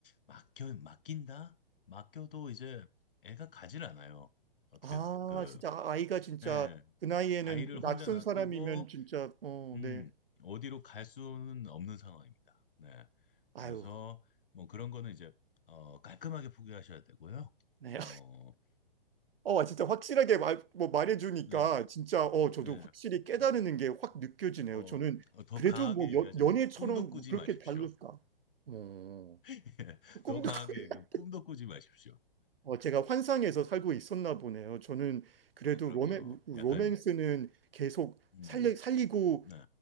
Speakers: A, on the left; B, on the right.
A: 맡겨, 맡긴다? 맡겨도 이제 애가 가질 않아요. 어떻게,
B: 아,
A: 그,
B: 진짜 아- 아이가 진짜
A: 예,
B: 그 나이에는
A: 아이를
B: 낯선
A: 혼자 놔두고,
B: 사람이면 진짜 어,
A: 음,
B: 네.
A: 어디로 갈 수는 없는 상황입니다. 네.
B: 아유,
A: 그래서, 뭐 그런 거는 이제, 어, 깔끔하게 포기하셔야 되고요.
B: 네.
A: 어,
B: 어, 진짜 확실하게 말, 뭐 말해주니까
A: 네,
B: 진짜 어, 저도
A: 네,
B: 확실히 깨달는
A: 네.
B: 게 확 느껴지네요.
A: 어,
B: 저는
A: 더
B: 그래도
A: 강하게
B: 뭐
A: 얘기하자면,
B: 연, 연애처럼
A: 꿈도 꾸지
B: 뭐 그렇게
A: 마십시오.
B: 다를까? 어,
A: <laughs> 예,
B: 꿈도
A: 더 강하게
B: <laughs> 꾸게.
A: 얘기하면 꿈도 꾸지 마십시오.
B: 어, 제가 환상에서 살고 있었나 보네요. 저는 그래도
A: 아, 그럼요.
B: 로맨, 로맨스는
A: 약간,
B: 계속
A: 음,
B: 살리, 살리고
A: 네.